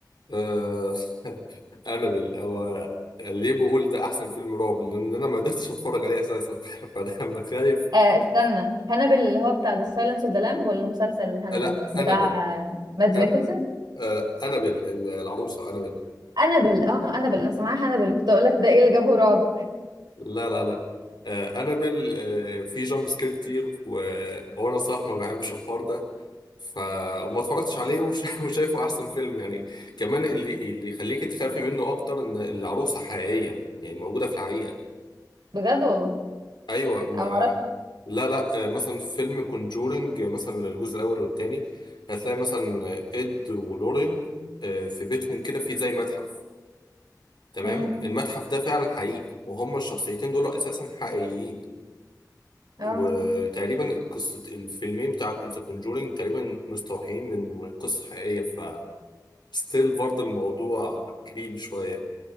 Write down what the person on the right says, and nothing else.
آه استنى هانبل اللي هو بتاع The Silence of the Lamb ولا المسلسل هانبل
بتاع
آه، مادز
ميكلسن
انابل اه انابل انا سامعاها انابل كنت اقول لك ده ايه اللي جابه رعب
بجد والله
انا ما اعرفش
امم
اه